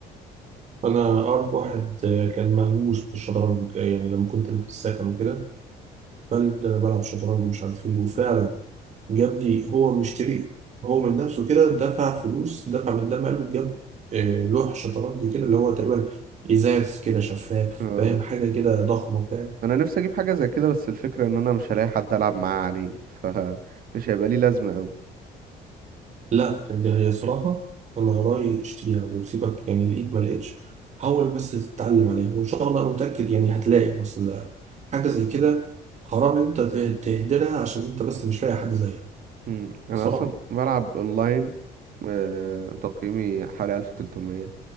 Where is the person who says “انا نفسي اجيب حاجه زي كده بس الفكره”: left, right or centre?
Right